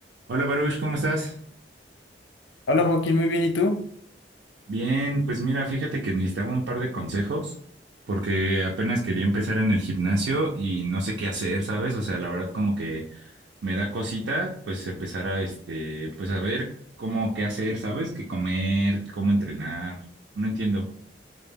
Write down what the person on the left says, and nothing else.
Hola Joaquín, muy bien, ¿y tú?